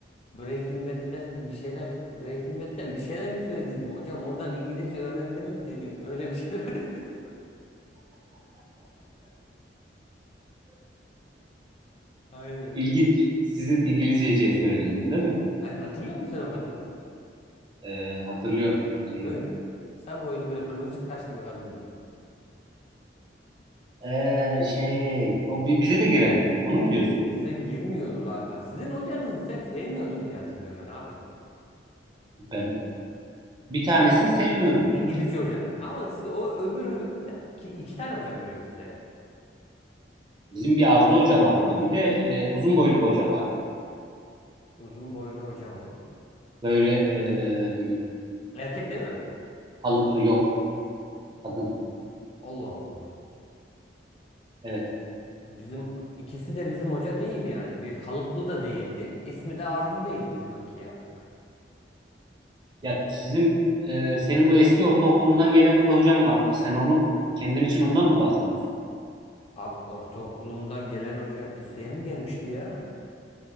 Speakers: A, on the left; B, on the right.
A: Breaking Bad'den bir şeyler Breaking Bad'den bir şeyler mi söylediydim hocam? Oradan İngilizce öğrendim mi dediydim. Öyle bir şeyler <laughs> dedi. Aynen.
B: İlginç. Sizin İngilizceciye söyledim bunu değil mi?
A: Aynen hatırlıyor musun sen o kadını?
B: Ee, hatırlıyorum, hatırlıyorum.
A: Böyle kısa boylu böyle kıvırcık saçlı bir kadındı.
B: Ee, şey, o bi- bize de giren. Onu mu diyorsun?
A: Size girmiyordu galiba. Sizin hocanızı sen sevmiyordun diye hatırlıyorum ben abi.
B: Ben bir tanesini
A: İ-
B: sevmiyordum.
A: İ- İngilizce hocanız. Ama size o öbürü bir dakika, iki, iki tane hocam giriyordu size ya.
B: Bizim bir Arzu Hoca vardı. Bir de e, uzun boylu bir hoca vardı.
A: Uzun boylu hocamı.
B: Böyle e,
A: Erkek değil mi?
B: kalıplı yok kadın.
A: Allah Allah.
B: Evet.
A: Bizim ikisi de bizim hoca değil yani. Bir kalıplı da değildi. İsmi de Arzu değildi sanki ya.
B: Ya sizin e, senin bu eski ortaokulundan gelen bir hocam vardı. Sen onu kendin için ondan mı bahsediyorsun?
A: Abi ortaokulumdan gelen hoca liseye mi gelmişti ya?